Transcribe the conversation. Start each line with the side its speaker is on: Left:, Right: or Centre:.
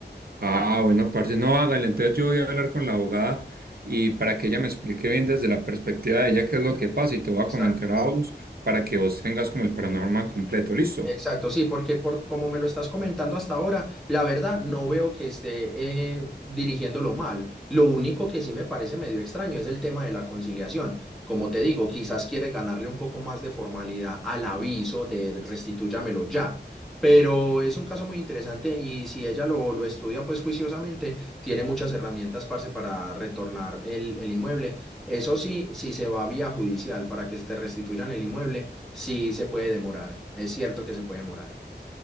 Right: Ah, bueno, parce, no, hágale. Entonces yo voy a hablar con la abogada y para que ella me explique bien desde la perspectiva de ella qué es lo que pasa y te voy
Centre: Exacto.
Right: a comentar a vos para que vos tengas como el panorama completo, ¿listo?
Centre: Exacto, sí, porque por como me lo estás comentando hasta ahora, la verdad no veo que esté eh, dirigiéndolo mal. Lo único que sí me parece medio extraño es el tema de la conciliación. Como te digo, quizás quiere ganarle un poco más de formalidad al aviso de restitúyamelo ya. Pero es un caso muy interesante y si ella lo, lo estudia pues juiciosamente, tiene muchas herramientas, parce, para retornar el, el inmueble. Eso sí, si se va a vía judicial para que se te restituyan el inmueble. Sí, se puede demorar. Es cierto que se puede demorar.